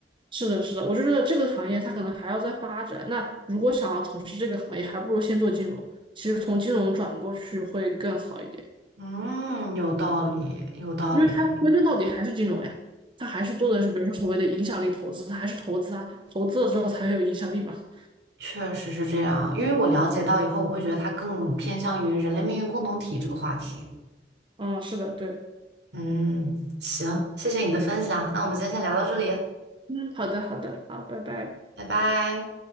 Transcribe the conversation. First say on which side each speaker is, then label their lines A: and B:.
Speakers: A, on the right; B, on the right.
A: 是的，是的，我就觉得这个行业它可能还要再发展。那如果想要从事这个行业，还不如先做金融。其实从金融转过去会更好一点，
B: 嗯，有道理，有道理，
A: 因为它归根到底还是金融呀，它还是做的是比如说所谓的影响力投资，它还是投资啊，投资了之后才会有影响力嘛。
B: 确实是这样。因为我了解到以后，我会觉得它更偏向于人类命运共同体这个话题。
A: 嗯，是的，对，
B: 嗯，行，谢谢你的分享，那我们今天先聊到这里，
A: 嗯，好的，好的，好，拜拜。
B: 拜拜。